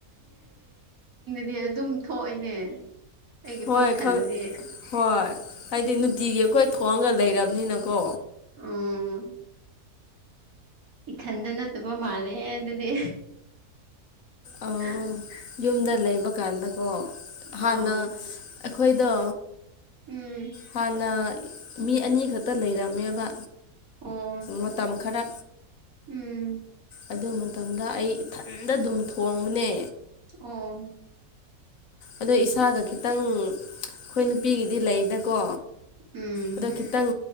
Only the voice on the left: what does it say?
ꯍꯣꯏ
ꯈꯪ ꯍꯣꯏ ꯍꯥꯏꯗꯤ ꯅꯨꯡꯇꯤꯒꯤ ꯑꯩꯈꯣꯏ ꯊꯣꯡꯒ ꯂꯩꯔꯕꯅꯤꯅꯀꯣ
ꯑꯧ ꯌꯨꯝꯗ ꯂꯩꯕꯀꯥꯟꯗꯀꯣ ꯍꯥꯟꯅ
ꯑꯩꯈꯣꯏꯗꯣ
ꯍꯥꯟꯅ ꯃꯤ ꯑꯅꯤ ꯈꯛꯇ ꯂꯩꯔꯝꯃꯦꯕ
ꯃꯇꯝ ꯈꯔ
ꯑꯗꯨ ꯃꯇꯝꯗ ꯑꯩ ꯏꯊꯟꯗ ꯑꯗꯨꯝ ꯊꯣꯡꯕꯅꯦ
ꯑꯗꯣ ꯏꯁꯥꯒ ꯈꯤꯇꯪ ꯑꯩꯈꯣꯏ ꯅꯨꯄꯤꯒꯤꯗꯤ ꯂꯩꯗꯀꯣ
ꯑꯗꯨꯗꯣ ꯀꯈꯤꯇꯪ